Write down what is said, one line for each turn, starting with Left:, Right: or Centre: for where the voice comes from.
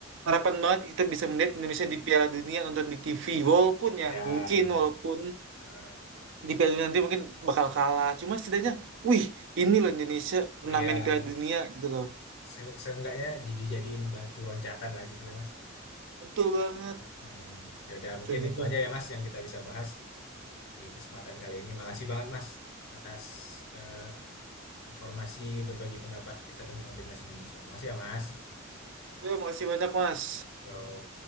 Right: Harapan banget kita bisa melihat Indonesia di Piala Dunia nonton di TV. Walaupun ya,
Left: ya
Right: mungkin
Left: benar
Right: walaupun
Left: Ah,
Right: di Piala Dunia nanti mungkin bakal kalah. Cuma setidaknya, wih, ini loh Indonesia pernah
Left: iya
Right: main Piala Dunia gitu loh.
Left: Se- seenggaknya jadi jadiin batu loncatan lah gitu ya mas
Right: Betul banget.
Left: Eee, ya udah
Right: Gitu,
Left: mungkin
Right: gitu.
Left: itu aja ya, Mas, yang kita bisa bahas di kesempatan kali ini. Makasih banget, Mas, atas, eee, informasi berbagi pendapat kita tentang timnas Indonesia. Makasih ya, Mas.
Right: Yo, makasih banyak, Mas.
Left: Yo.